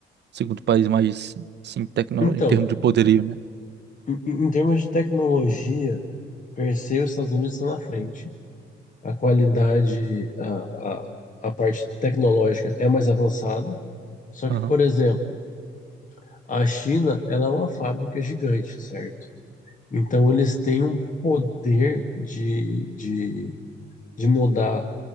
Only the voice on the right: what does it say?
segundo país mais, sim, tecno,
em termos de poderio, né?
Aham,